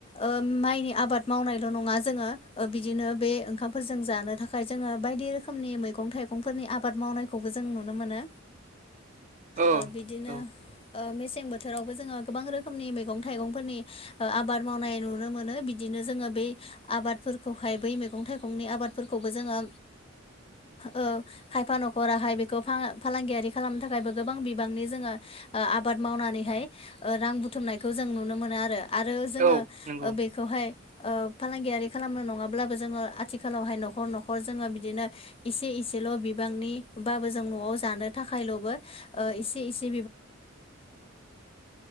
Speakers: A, on the left; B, on the right.
A: ओ माइनि आबाद मावनायल' नङा जोङो ओ बिदिनो बे ओंखामफोरजों जानो थाखाय जोङो बायदि रोखोमनि मैगं-थाइगं मैगंफोरनि आबाद मावनायखौबो जों नुनो मोनो।
B: <inaudible> औ
A: ओ बिदिनो
B: औ
A: ओ मेसें बोथोरावबो जोङो गोबां रोखोमनि मैगं थाइगंफोरनि आबाद मावनाय नुनो मोनो बि दिनो जोङो बै आबादफोरखौहाय बै मैगं थाइगंनि आबादफोरखौबो जोङो ओ खायफा न'खराहाय बेखौ फां-फालांगियारि खालामनो थाखायबो गोबां बिबांनि जोङो ओ आबाद मावनानै हाय ओ रां बुथुमनायखौ नुनो मोनो आरो आरो
B: औ
A: जोङो
B: नंगौ
A: बेखौहाय ओ फालांगियारि खालामनो नङाब्लाबो जोङो आथिखालावहाय न'खर-न'खर जोङो बिदिनो इसे-इसेल' बिबांनि बाबो जों न'आव जानो थाखायल'बो ओ एसे-एसे